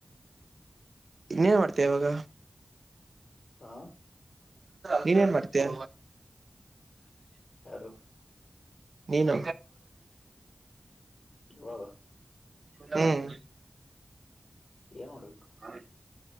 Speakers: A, on the right; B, on the left.
A: ಇನ್ನೇನ್ ಮಾಡ್ತೇ ಇವಾಗ
B: ಹಾಂ
A: ನೀನನ್ ಮಾಡ್ತೇಯ
B: ಯಾರು
A: ನೀನು
B: ಯಾವಾಗ
A: ಹ್ಮ್
B: ಏನ್ ಮಾಡ್ಬೇಕು
A: ಹೌ